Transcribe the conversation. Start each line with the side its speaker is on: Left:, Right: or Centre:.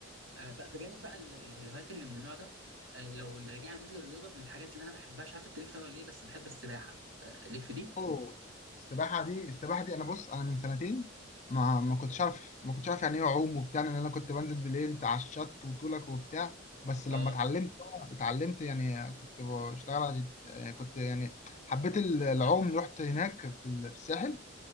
Right: آه بقى- بجانب بقى ال- ال- الهوايات اللي من النوع ده آه لو رجعنا تاني للرياضه من الحاجات اللي انا بحبها مش عارف انت ليك فيها ولا ايه بس بحب السباحه آه ليك في دي
Left: اوه السباحه دي السباحه دي انا بص انا من سنتين ما ما كنتش اعرف ما كنتش اعرف يعني ايه اعوم وبتاع لان انا كنت بنزل بالليل على الشط وطولك وبتاع بس لما
Right: اه
Left: اتعلمت بقى- اتعلمت يعني كنت بشتغل على جد- يعني كنت يعني حبيت ال- العوم رحت هناك في ال- في الساحل